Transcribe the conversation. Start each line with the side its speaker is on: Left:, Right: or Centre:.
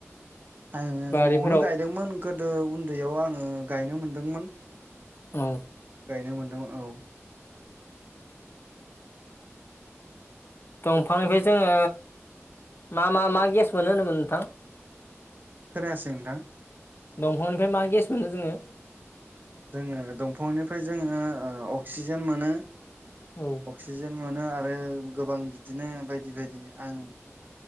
Right: आङो
Left: बारिफोराव
Right: न'आवनो गायदोंमोन गोदो उन्दैयाव आङो गायनो मोनदोंमोन।
Left: औ
Right: गायनो मोनदोंमोन। औ
Left: दंफांनिफ्राय जोङो मा मा मा गेस मोनो होनोमोन नोंथां।
Right: खोनायासै नोंथां।
Left: दंफांनिफ्राय मा गेस मोनो जोङो?
Right: जोङो दंफांनिफ्राय जोङो। ओ अक्सिजेन मोनो।
Left: औ
Right: अक्सिजेन मोनो आरो आरो गोबां बिदिनो बायदि बायदि आं।